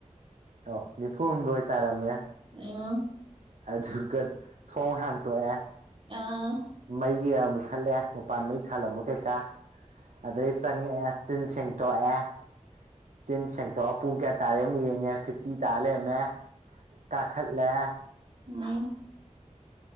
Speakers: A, on the right (about 75°); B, on the right (about 40°).
A: ꯑꯣ ꯅꯤꯐꯨ ꯍꯨꯝꯗꯣꯏ ꯇꯥꯔꯝꯃꯦ꯫
B: <unintelligible>
A: ꯑꯗꯨꯒ ꯊꯣꯡ ꯍꯥꯡꯇꯣꯛꯑꯦ
B: ꯑꯥ
A: ꯃꯩꯒꯤ ꯃꯨꯠꯊꯠꯂꯦ ꯃꯄꯥꯟ ꯃꯩ ꯊꯥꯜꯂꯝꯕ ꯀꯩꯀꯥ ꯑꯗꯩ ꯆꯪꯉꯛꯑꯦ ꯆꯤꯟ ꯁꯦꯡꯇꯣꯛꯑꯦ꯫ ꯆꯦꯟ ꯁꯦꯡꯇꯣꯛꯑ ꯄꯨꯡ ꯀꯌꯥ ꯇꯥꯔꯦ ꯑꯃꯨꯛ ꯌꯦꯡꯉꯦ ꯐꯤꯞ ꯇꯤ ꯇꯥ ꯂꯩꯔꯝꯃꯦ ꯀꯥꯈꯠꯂꯦ
B: ꯎꯝ